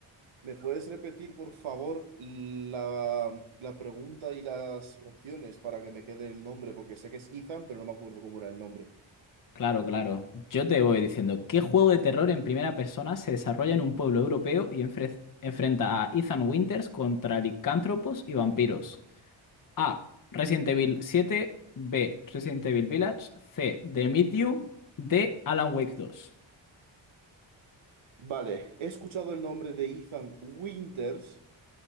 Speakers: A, on the right (about 80°); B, on the left (about 45°).
A: ¿Me puedes repetir, por favor, la, la pregunta y las opciones para que me quede el nombre? Porque sé que es Ethan, pero no me acuerdo cómo era el nombre.
B: Claro, claro. Yo te voy diciendo, ¿qué juego de terror en primera persona se desarrolla en un pueblo europeo y enfre- enfrenta a Ethan Winters contra licántropos y vampiros? A. Resident Evil 7, B. Resident Evil Village, C. The Medium, D. Alan Wake 2.
A: Vale, he escuchado el nombre de Ethan Winters